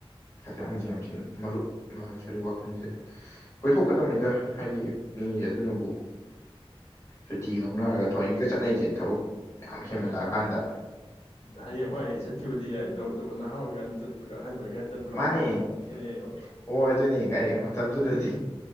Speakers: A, on the left; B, on the left.
A: ꯍꯛꯆꯥꯡꯁꯦ ꯌꯥꯝ ꯊꯤꯅ ꯃꯔꯨꯞ ꯁꯣꯔꯤ ꯋꯥꯈꯜꯁꯦ ꯀꯣꯏꯊꯣꯛꯀꯗꯧꯅꯤꯗ ꯍꯥꯏꯗꯤ ꯃꯤ ꯑꯗꯨꯅꯕꯨ ꯁꯨꯇꯤꯒ ꯂꯧꯅꯔꯒ ꯊꯥꯑꯣꯢꯒ ꯆꯠꯅꯩꯁꯦ ꯊꯕꯛ ꯌꯥꯝ
B: ꯃꯥꯅꯦ
A: ꯍꯦꯟꯃꯜꯂꯛꯑꯀꯥꯟꯗ
B: ꯑꯗꯨꯅ ꯍꯌꯦꯡ ꯋꯥꯏ ꯆꯠꯈꯤꯕꯗꯤ ꯌꯥꯏ ꯇꯧꯕꯇꯕꯨ ꯅꯍꯥ ꯑꯣꯏꯀꯥꯟꯗ ꯆꯠꯄꯒ ꯑꯍꯟ ꯑꯣꯏꯀꯥꯟꯗ ꯆꯠꯄꯒ
A: ꯃꯥꯅꯦ
B: ꯃꯍꯥꯎ ꯑꯅꯥꯗꯨ ꯈꯦꯠꯅꯩꯑꯦꯕ
A: ꯍꯣꯏ ꯑꯗꯨꯅꯦ ꯀꯥꯏ ꯃꯇꯝꯗꯨꯗꯗꯤ